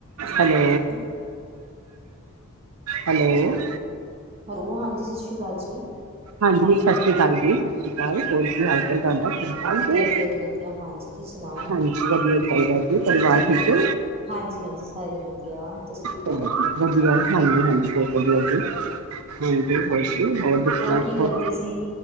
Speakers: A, on the right; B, on the right.
A: ਸਤਿ ਸ਼੍ਰੀ
B: ਹੈਲੋ।
A: ਅਕਾਲ ਜੀ,
B: ਹੈਲੋ।
A: ਹੈਲੋ ਹਾਂਜੀ ਸਤਿ ਸ਼੍ਰੀ ਅਕਾਲ ਜੀ,
B: ਹਾਂਜੀ ਸਤਿ ਸ਼੍ਰੀ ਅਕਾਲ ਜੀ ਸਤਿ ਸ਼੍ਰੀ ਅਕਾਲ। ਹੋਰ ਕੀ ਹਾਲ ਚਾਲ ਤੁਹਾਡਾ ਠੀਕ ਠਾਕ
A: ਵਧੀਆ
B: ਜੇ
A: ਜੀ ਵਧੀਆ ਹਾਂਜੀ ਤੁਸੀਂ ਸੁਣਾਓ?
B: ਹਾਂਜੀ। ਵਧੀਆ ਚਾਹੀਦਾ ਜੀ ਪਰਿਵਾਰ ਠੀਕ ਐ।
A: ਹਾਂਜੀ-ਹਾਂਜੀ ਸਾਰੇ ਵਧੀਆ। ਤੁਸੀਂ ਠੀਕ
B: ਚਲੋ
A: ਹੋ?
B: ਜੀ ਵਧੀਆ ਹਾਂਜੀ-ਹਾਂਜੀ ਬਹੁਤ ਵਧੀਆ ਜੀ। ਹਾਂਜੀ ਹੋਰ ਜੀ ਹੋਰ ਦਸਣਾ
A: ਕੀ ਕਰਦੇ
B: ਹੋਰ।
A: ਸੀ?